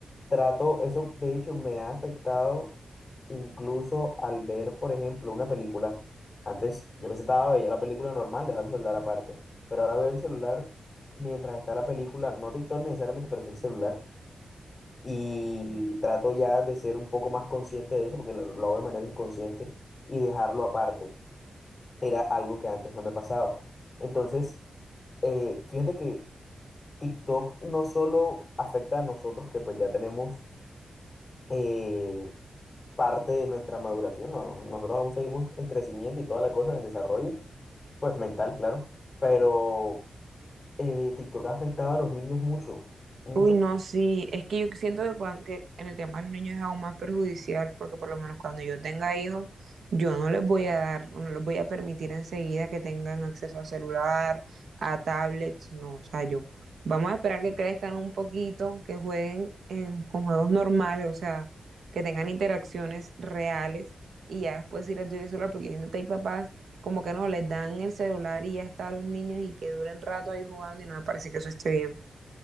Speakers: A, on the left (about 30°); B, on the right (about 75°).
A: trato, eso de hecho me ha afectado incluso al ver, por ejemplo, una película. Antes yo me sentaba, veía la película normal, dejaba el celular aparte. Pero ahora veo el celular mientras está la película, no TikTok necesariamente, pero sí el celular y trato ya de ser un poco más consciente de eso, porque lo, lo hago de manera inconsciente, y dejarlo aparte. Era algo que antes no me pasaba. Entonces, eh, fíjate que TikTok no solo afecta a nosotros, que pues ya tenemos eh, parte de nuestra maduración, no- nosotros aún seguimos en crecimiento y toda la cosa, en desarrollo, pues mental, claro, pero eh, TikTok ha afectado a los niños mucho, mucho,
B: Uy, no, sí, es que yo siento que, cuan- que en el tema de los niños es aún más perjudicial porque por lo menos cuando yo tenga hijos, yo no les voy a dar, o no les voy a permitir enseguida que tengan acceso a celular, a tablets, no, o sea, yo, vamos a esperar que crezcan un poquito, que jueguen en- con juegos normales, o sea, que tengan interacciones reales y ya después sí les doy el celular porque yo siento que hay papás como que no, les dan el celular y ya está a los niños y que duren rato ahí jugando y no me parece que eso esté bien.